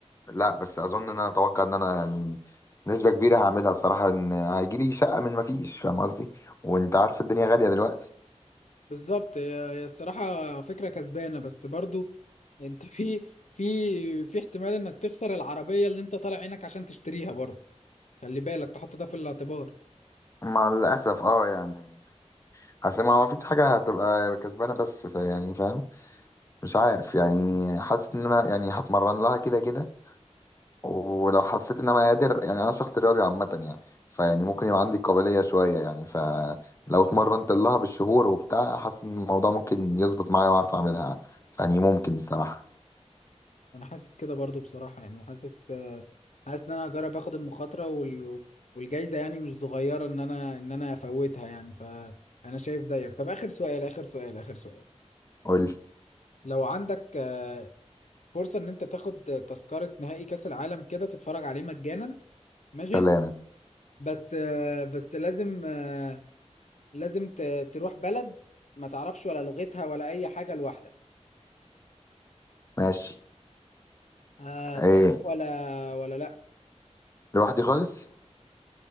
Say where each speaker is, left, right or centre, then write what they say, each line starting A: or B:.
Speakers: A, on the left (about 25°); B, on the left (about 75°).
A: لا بس أظن إن أنا أتوقع إن أنا يعني نسبة كبيرة هعملها الصراحة إن هيجيلي شقة من مفيش فاهم قصدي وأنت عارف الدنيا غالية دلوقتي
B: بالظبط هي هي الصراحة فكرة كسبانة بس برضو انت في في في احتمال انك تخسر العربية اللي انت طالع عينك عشان تشتريها برضو خلي بالك تحط ده في الاعتبار
A: مع الأسف أه يعني أصل ما ما فيش حاجة هتبقى كسبانة بس ف- يعني فاهم مش عارف يعني حاسس إن أنا يعني هتمرن لها كده كده ولو حسيت ان انا قادر يعني انا شخص رياضي عامه يعني فيعني ممكن يبقى عندي قابليه شويه يعني فلو اتمرنت لها بالشهور وبتاع حاسس ان الموضوع ممكن يظبط معايا واعرف اعملها يعني ممكن الصراحه
B: انا حاسس كده برضو بصراحة يعني حاسس آه، حاسس ان انا هجرب اخد المخاطرة وال... والجايزة يعني مش صغيرة ان انا ان انا افوتها يعني فانا شايف زيك طب اخر سؤال اخر سؤال اخر سؤال
A: قول لي
B: لو عندك آه، فرصة ان انت تاخد تذكرة نهائي كأس العالم كده تتفرج عليه مجانا ماشي
A: سلام
B: بس آه، بس لازم آه، لازم ت- تروح بلد ما تعرفش ولا لغتها ولا اي حاجه لوحدك
A: ماشي
B: آه،
A: ايه
B: تروح ولا ولا لا
A: لوحدي خالص